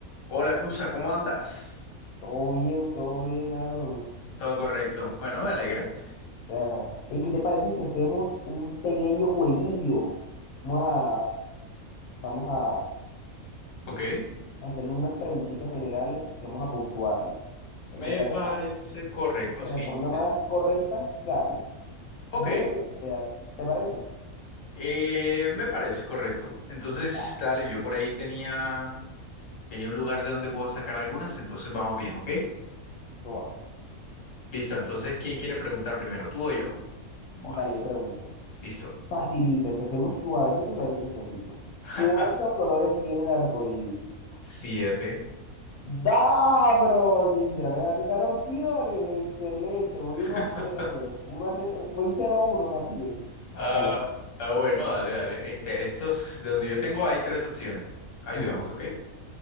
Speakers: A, on the left; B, on the left.
A: Hola, Cusa, ¿cómo andas?
B: Todo bien, todo bien, Aaron. O
A: Todo correcto. Bueno, me alegra.
B: sea, ¿y qué te parece si hacemos un pequeño jueguillo? Vamos a, vamos a
A: Ok.
B: hacernos unas preguntitas generales y vamos a puntuarnos. El
A: Me
B: que saque
A: parece
B: más,
A: correcto,
B: que
A: sí.
B: responda más
A: Eh,
B: correcta, gana.
A: Ok.
B: Breve, realidad. ¿te parece?
A: Eh, me parece correcto. Entonces,
B: Va,
A: dale, yo por ahí tenía, tenía un lugar de donde puedo sacar algunas, entonces vamos bien, ¿ok?
B: eso va.
A: Listo, entonces, ¿quién quiere preguntar primero, tú o yo? Vas.
B: Dale, yo pregunto.
A: Listo.
B: Facilita, empecemos suavecito, suavecito, suavecito.
A: <laughs>
B: ¿Cuántos colores tiene el arco iris?
A: Siete.
B: Da, bro, ni siquiera me dejaste dar opciones. Excelente, voy
A: <laughs>
B: uno a cero uno a cero voy cero a uno más bien.
A: Ah,
B: Dale.
A: ah, bueno, dale, dale. Este, estos, de donde yo tengo hay tres opciones. Ahí
B: ujú.
A: vemos, ¿ok?